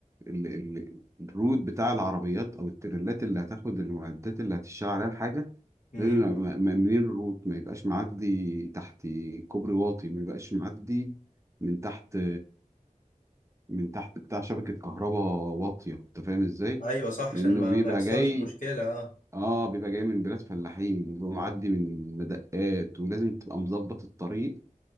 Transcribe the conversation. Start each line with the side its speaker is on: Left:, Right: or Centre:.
Right: ال- الرود بتاع العربيات او التريلات اللي هتاخد المعدات اللي هتشتغل عليها الحاجه
Left: امم
Right: لازم نبقى م- مأمنين الروت ما يبقاش معدي تحت كوبري واطي ما يبقاش معدي من تحت من تحت بتاع شبكه كهرباء واطيه انت فاهم ازاي؟
Left: ايوه صح عشان
Right: لانه
Left: ما
Right: بيبقى
Left: ما يحصلش
Right: جاي
Left: مشكله اه
Right: اه بيبقى جاي من بلاد فلاحين بيبقى معدي من مدقات ولازم تبقى مظبط الطريق